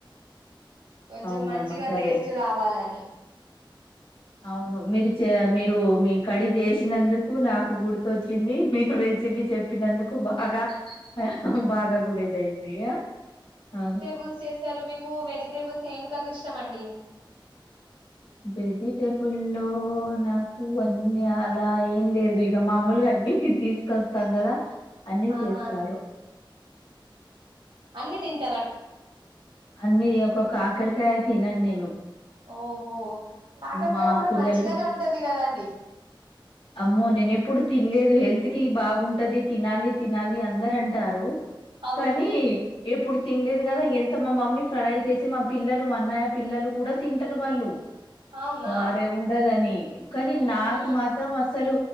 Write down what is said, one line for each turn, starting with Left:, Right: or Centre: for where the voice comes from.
Right: కొంచెం
Left: అవునమ్మా
Right: మంచిగా
Left: సరే
Right: టేస్ట్ రావాలని
Left: అవును మీరు మీరు మీ కడి చేసినందుకు నాకు గుర్తుొచ్చింది మీరు చివి చెప్పినందుకు బాగా ఆ బాగా గుడేదయిందియా ఆ
Right: పులుసు చేస్తారు మీకు వెజిటేబుల్స్ ఏం కర్రీ ఇష్టం అండి
Left: వెజిటబు లో నాకు అన్నీ అలా ఏం లేదు ఇక మామూలుగా ఇంటికి తీసుకొస్తాం కదా అన్నిీ
Right: ఆహా
Left: చేస్తారు
Right: అన్నిీ తింట
Left: అన్నిీ ఒక కాకరికాయ తిినను నేను
Right: ఓహో కాకరకాయ
Left: మా
Right: గూడా
Left: పిల్లలు
Right: మంచిగానే
Left: కూడా
Right: ఉంటది గదండి
Left: అమ్మో నేను ఎప్పుడు తినలేదు హెల్త్ కి బాగుంటది తినాలి తినాలి అ అందరు అంటారు
Right: అవును
Left: కానీ ఎప్పుడు తినలేదు గదా ఎంత మా మమ్మి ఫ్రై చేసి మా పిల్లలు మా అన్నయ్య పిల్లలు గూడా తింటరు వాళ్ళు
Right: అవునా
Left: అరే ఉండదని కానీ
Right: ఊహు
Left: నాకు మాత్రం అసలు